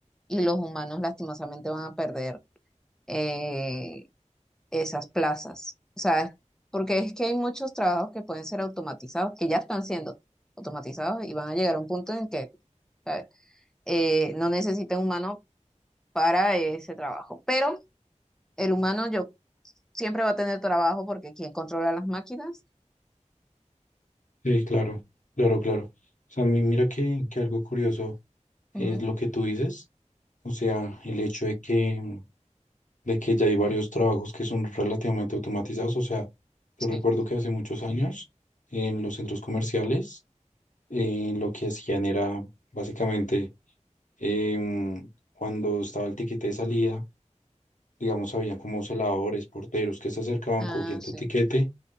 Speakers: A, in the centre; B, on the left.
A: y los humanos lastimosamente van a perder. eh, esas plazas. O sea, porque es que hay muchos trabajos que pueden ser automatizados, que ya están siendo automatizados y van a llegar a un punto en que sea, eh, no necesita un humano para ese trabajo. Pero el humano yo siempre va a tener trabajo porque quien controla las máquinas,
B: Sí, claro, claro, claro. O sea, mi- mira que, que algo curioso es
A: Ujú,
B: lo que tú dices, o sea, el hecho de que, mm, de que ya hay varios trabajos que son relativamente automatizados. O sea, yo
A: sí,
B: recuerdo que hace muchos años en los centros comerciales eh, lo que hacían era básicamente em, cuando estaba el tiquete de salida, digamos, había como celadores, porteros que se acercaban,
A: ah,
B: cogían tu
A: sí,
B: tiquete